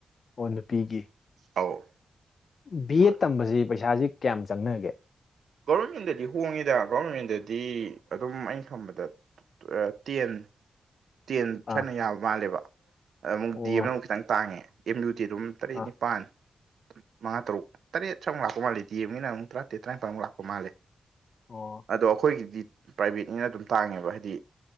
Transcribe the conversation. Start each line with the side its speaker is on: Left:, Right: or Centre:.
Left: ꯑꯣ ꯅꯨꯄꯤꯒꯤ
Right: ꯑꯧ
Left: ꯕꯤ ꯑꯦꯠ
Right: ꯑꯗꯨ
Left: ꯇꯝꯕꯖꯤ ꯄꯩꯁꯥꯖꯤ ꯀꯌꯥꯝ ꯆꯪꯅꯒꯦ
Right: ꯒꯣꯕꯔꯃꯦꯟꯗꯗꯤ ꯍꯣꯡꯉꯤꯗ ꯒꯣꯕꯔꯃꯦꯟꯗꯗꯤ ꯑꯗꯨꯝ ꯑꯩꯅ ꯈꯟꯕꯗ ꯑ ꯇꯦꯟ ꯇꯦꯟ
Left: ꯑꯥ
Right: ꯁꯥꯏꯅ ꯌꯥꯕ ꯃꯥꯜꯂꯦꯕ ꯑ ꯑꯃꯨꯛ
Left: ꯑꯣ
Right: ꯗꯦꯝꯅꯥ ꯑꯃꯨꯛ ꯈꯤꯇꯪ ꯇꯥꯡꯉꯦ ꯑꯦꯝ ꯌꯨ ꯗꯤ ꯑꯗꯨꯝ ꯇꯔꯦꯠ
Left: ꯑꯥ
Right: ꯅꯤꯄꯥꯟ ꯃꯉꯥ ꯇꯔꯨꯛ ꯇꯔꯦꯠ ꯁꯥꯏꯃꯨꯛ ꯂꯥꯛꯄ ꯃꯥꯜꯂꯦ ꯗꯦꯝꯒꯤꯅꯥ ꯑꯃꯨꯛ ꯇꯔꯥꯇꯔꯦꯠ ꯇꯔꯥꯅꯤꯄꯥꯜꯃꯨꯛ ꯂꯥꯛꯄ ꯃꯥꯜꯂꯦ
Left: ꯑꯣ
Right: ꯑꯗꯣ ꯑꯩꯈꯣꯏꯒꯤꯗꯤ ꯄ꯭ꯔꯥꯏꯕꯦꯠꯅꯤꯅ ꯑꯗꯨꯝ ꯇꯥꯡꯉꯦꯕ ꯍꯥꯏꯗꯤ